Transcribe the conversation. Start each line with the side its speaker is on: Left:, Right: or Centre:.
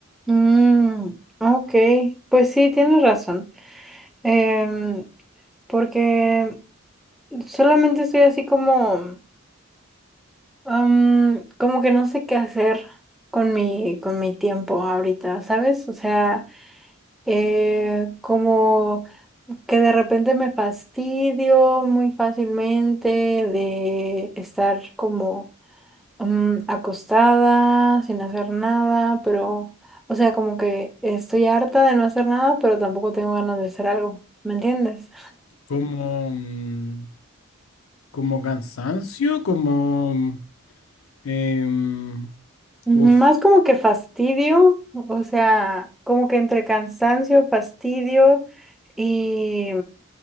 Centre: Mm, ok, pues sí, tienes razón. Em, porque solamente estoy así como, am, como que no sé qué hacer con mi, con mi tiempo ahorita, ¿sabes? O sea, eh, como que de repente me fastidio muy fácilmente de estar como mm, acostada, sin hacer nada, pero, o sea, como que estoy harta de no hacer nada, pero tampoco tengo ganas de hacer algo, ¿me entiendes?
Left: Como, mm, como cansancio, como... em,
Centre: Más
Left: uf,
Centre: como que fastidio, o sea, como que entre cansancio, fastidio y,